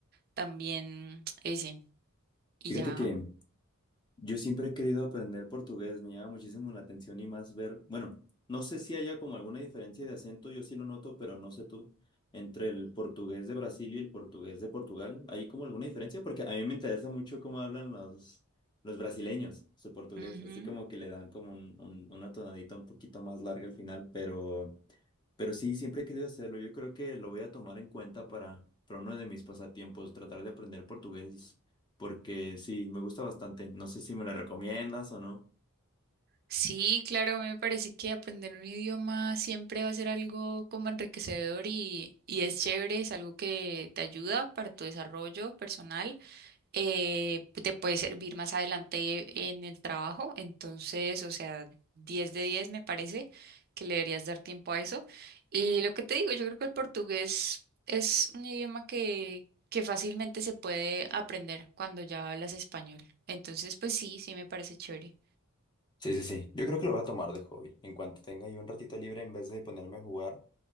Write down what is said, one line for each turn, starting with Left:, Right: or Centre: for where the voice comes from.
Right: también ese y
Left: Fíjate
Right: ya.
Left: que Yo siempre he querido aprender portugués, me llama muchísimo la atención y más ver, bueno, no sé si haya como alguna diferencia de acento, yo sí lo noto, pero no sé tú, entre el portugués de Brasil y el portugués de Portugal, ¿hay como alguna diferencia? Porque a mí me interesa mucho cómo hablan los, los brasileños su portugués,
Right: Ujú.
Left: así como que le dan como un, un- una tonadita un poquito más larga al final, pero... Pero sí, siempre he querido hacerlo. Yo creo que lo voy a tomar en cuenta para, para uno de mis pasatiempos, tratar de aprender portugués, porque sí, me gusta bastante. No sé si me lo recomiendas o no.
Right: Sí, claro, me parece que aprender un idioma siempre va a ser algo como enriquecedor y, y es chévere, es algo que te ayuda para tu desarrollo personal, eh, te puede servir más adelante en el trabajo, entonces, o sea, 10 de 10 me parece que le deberías dar tiempo a eso. Y lo que te digo, yo creo que el portugués es un idioma que, que fácilmente se puede aprender cuando ya hablas español, entonces, pues sí, sí me parece chévere.
Left: Sí, sí, sí. Yo creo que lo voy a tomar de hobby. En cuanto tenga yo un ratito libre, en vez de ponerme a jugar,